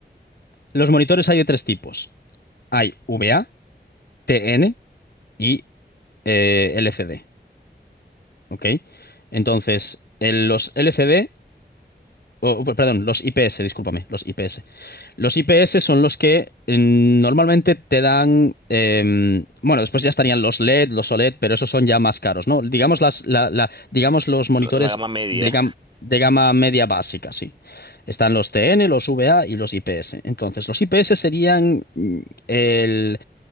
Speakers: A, on the left; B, on the right.
A: Los monitores hay de tres tipos. Hay VA, TN y eh, LCD. ¿Ok? Entonces, el- los LCD oh, perdón, los IPS, discúlpame, los IPS. Los IPS son los que eh, normalmente te dan, eh, bueno, después ya estarían los LED, los OLED, pero esos son ya más caros, ¿no? Digamos, las, la- la- digamos los monitores
B: La, la gama media.
A: de, gam- de gama media básica, sí. Están los TN, los VA y los IPS. Entonces, los IPS serían mm, el,